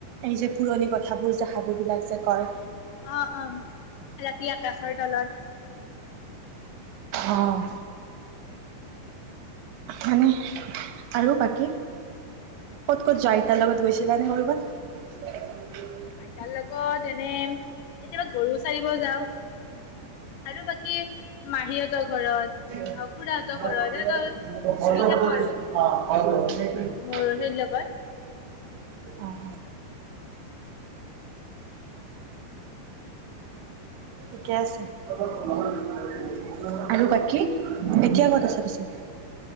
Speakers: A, on the right (about 80°); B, on the left (about 70°).
A: এই যে পুৰণি কথাবোৰ যে সাধু বিলাক যে কয়।
B: অ', অ', ৰাতি আকাশৰ তলত।
A: অঁ মানে আৰু বাকী ক'ত ক'ত যাই তাৰ লগত গৈছিলা
B: আৰু
A: নে কৰবাত। <inaudible>
B: আইতাৰ লগত এনে কেতিয়াবা গৰু চাৰিব যাওঁ আৰু বাকী মাহীঁতৰ ঘৰত
A: <unintelligible>
B: খুৰাহঁতৰ ঘৰত এনেকৈ ঘূৰি থাকো আৰু মোৰ সেই লগত
A: অঁ, ঠিকে আছে আৰু বাকী এতিয়া ক'ত আছা পিছে।